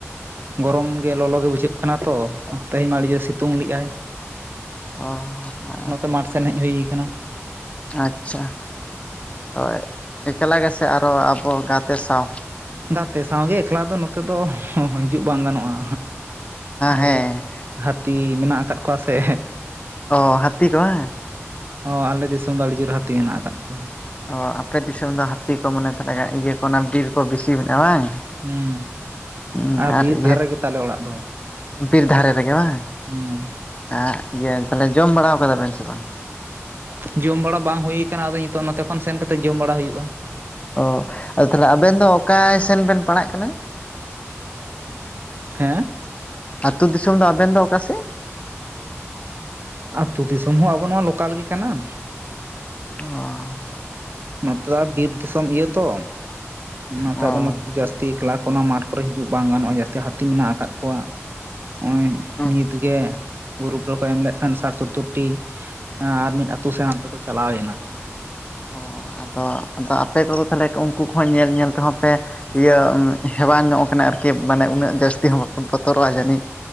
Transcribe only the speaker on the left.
ᱚ ᱟᱨᱼᱼ
ᱟᱪᱪᱷᱟ ᱫᱚᱭ ᱮᱠᱞᱟ ᱜᱮᱥᱮ ᱟᱨᱚ ᱟᱵᱚ ᱜᱟᱛᱮ ᱥᱟᱶ᱾
ᱦᱮᱸ
ᱚ ᱦᱟᱹᱛᱤ ᱫᱚ ᱵᱟᱝ᱾
ᱚ ᱟᱯᱮ ᱫᱤᱥᱚᱢ ᱫᱚ ᱦᱟᱹᱛᱤ ᱠᱚ ᱢᱚᱱᱮ ᱛᱟᱦᱚᱞᱮ ᱤᱭᱟᱹ ᱠᱚ ᱚᱱᱟ ᱵᱤᱨ ᱠᱚ ᱵᱮᱥᱤ ᱢᱮᱱᱟᱜᱼᱟ ᱵᱟᱝ᱾
ᱦᱩᱸ
ᱤᱭᱟᱹ
ᱵᱤᱨ ᱫᱷᱟᱨᱮ ᱨᱮᱜᱮ ᱵᱟᱝ?
ᱟᱜ ᱤᱭᱟᱹ ᱛᱟᱦᱚᱞᱮ ᱡᱚᱢ ᱵᱟᱲᱟᱣ ᱠᱟᱫᱟ ᱵᱮᱱ ᱥᱮ ᱵᱟᱝ?
ᱚ ᱟᱫᱚ ᱛᱟᱦᱚᱞᱮ ᱟᱵᱮᱱ ᱫᱚ ᱚᱠᱟᱭ ᱥᱮᱱ ᱵᱮᱱ ᱯᱟᱲᱟᱜ ᱠᱟᱱᱟ᱾
ᱟᱹᱛᱩ ᱫᱤᱥᱚᱢ ᱫᱚ ᱟᱵᱮᱱ ᱫᱚ ᱚᱠᱟ ᱥᱮᱫ?
ᱚ
ᱚ
ᱚ
ᱚ ᱟᱫᱚ ᱟᱫᱚ ᱟᱯᱮ ᱠᱚᱫᱚ ᱛᱟᱦᱚᱞᱮ ᱩᱱᱠᱩ ᱠᱚᱦᱚᱸ ᱧᱮᱞ ᱧᱮᱞ ᱛᱮᱦᱚᱸ ᱯᱮ ᱤᱭᱟᱹ ᱦᱮᱣᱟ ᱧᱚᱜ ᱠᱟᱱᱟ ᱟᱨᱠᱤ ᱢᱟᱱᱮ ᱩᱱᱟᱹᱜ ᱡᱟᱹᱥᱛᱤ ᱦᱚᱸ ᱵᱟᱯᱮ ᱵᱚᱛᱚᱨᱚᱜ-ᱟ ᱡᱟᱹᱱᱤᱡ᱾